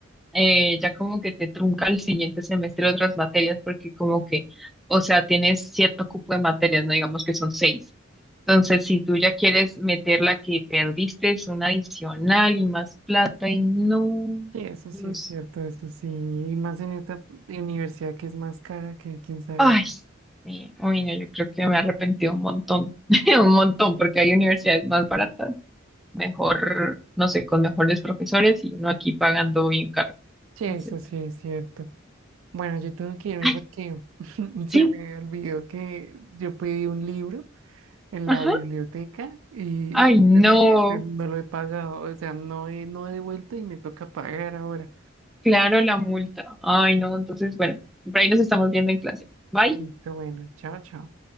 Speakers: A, in the centre; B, on the right.
A: eh, ya como que te trunca el siguiente semestre otras materias porque como que, o sea, tienes cierto cupo de materias, no digamos que son seis. Entonces, si tú ya quieres meter la que perdiste, es una adicional y más plata y no,
B: sí, eso
A: Dios,
B: sí es cierto, eso sí, y más en esta universidad que es más cara que quién sabe.
A: ay, sí, uy, no, yo creo que me arrepentí un montón, <laughs> un montón, porque hay universidades más baratas, mejor, no sé, con mejores profesores y uno aquí pagando bien caro.
B: Sí,
A: Entonces,
B: eso sí es cierto. Bueno, yo tengo que irme
A: ay,
B: porque <laughs>
A: sí,
B: se me olvidó que yo pedí un libro en
A: ajá,
B: la biblioteca y,
A: ay,
B: y
A: no.
B: se me- se- no lo he pagado, o sea, no he, no he devuelto y me toca pagar ahora.
A: Claro, la multa. Ay, no, entonces, bueno, por ahí nos estamos viendo en clase. Bye.
B: Listo, bueno, chao, chao.